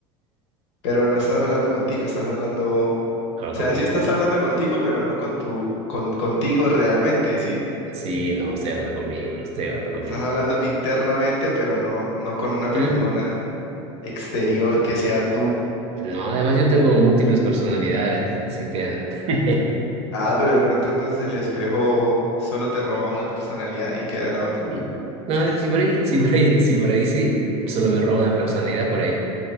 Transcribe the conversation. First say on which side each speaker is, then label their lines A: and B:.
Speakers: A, on the left (about 85°); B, on the right (about 45°).
A: pero no estás hablando contigo, estás hablando, o
B: hablo
A: sea,
B: conmigo.
A: sí estás hablando contigo, pero no con tu, con, contigo realmente, ¿sí?
B: Sí, no, estoy hablando conmigo, estoy hablando conmigo.
A: Estás hablando internamente, pero no, no con una
B: ¿Mm?
A: persona exterior que sea tú.
B: No, además yo tengo múltiples personalidades, así que... <laughs>
A: Ah, pero de pronto entonces el espejo solo te roba una personalidad y queda la otra.
B: mm. No, es- si por ahí, si por ahí, si por ahí sí, solo me roba una personalidad por ahí.